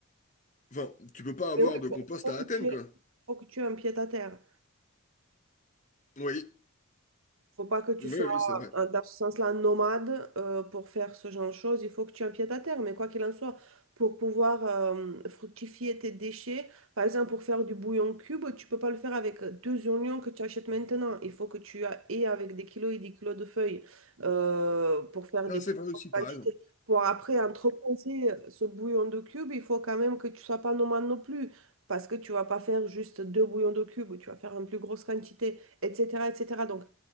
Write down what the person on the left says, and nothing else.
enfin, tu peux pas avoir
de
compost
à
Athènes,
quoi.
Oui,
oui,
oui, c'est vrai.
Ah,
c'est vrai
aussi,
t'as raison.